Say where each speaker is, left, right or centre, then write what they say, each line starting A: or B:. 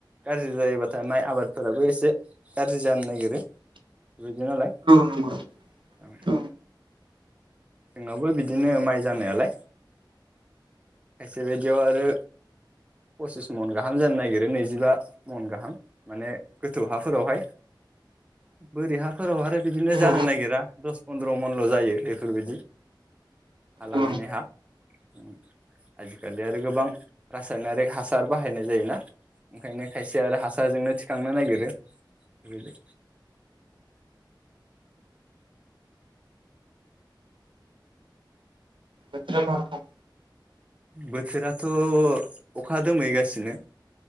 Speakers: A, on the right; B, on the right.
A: गाज्रि जायोबाथाय आबादफोराबो एसे गाज्रि जानो नागिरो। बेबायदि नालाय
B: नंगौ।
A: उम।
B: औ,
A: जोंनावबो बिदिनो माइ जानायालाय एसे बायदियाव आरो पसिस मन गाहाम जानो नागिरो नैजिबा मन गाहाम माने गोथौ हाफोरावहाय बोरि हाफोराव आरो बिदिनो
B: औ,
A: जानो नागिरा दस फन्द्र मनल' जायो बेफोरबायदि। हा लानानै
B: औ
A: हा उम आजिखालि आरो गोबां रासायनारिक हासार बाहायनाय जायोना ओंखायनो खायसे आरो हासाराजोंनो थिखांनो नागिरो। <unintelligible>
B: बोथोरा मा रखम?
A: बोथोराथ' अखा दोमैगासिनो